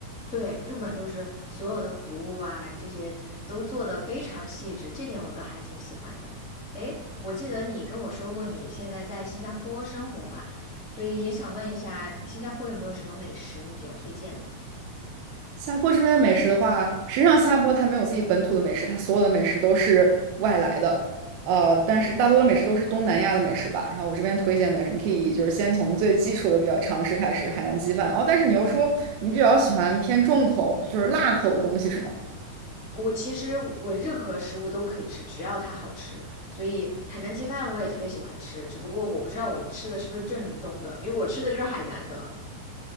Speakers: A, in the centre; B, on the right.
A: 对，日本就是所有的服务啊，这些都做得非常细致，这点我都还挺喜欢的。诶，我记得你跟我说过你现在在新加坡生活嘛，所以也想问一下，新加坡有没有什么美食你比较推荐的？
B: 下坡这边的美食的话，实际上下坡它没有自己本土的美食，它所有的美食都是外来的。呃，但是大多的美食都是东南亚的美食吧。然后我这边推荐的是，你可以就是先从最基础的比较常识开始，海南鸡饭。哦，但是你又说你比较喜欢偏重口，就是辣口的东西是吗？
A: 我其实我任何食物都可以吃，只要它好吃。所以海南鸡饭我也特别喜欢吃，只不过我不知道我吃的是不是正宗的，因为我吃的就是海南的。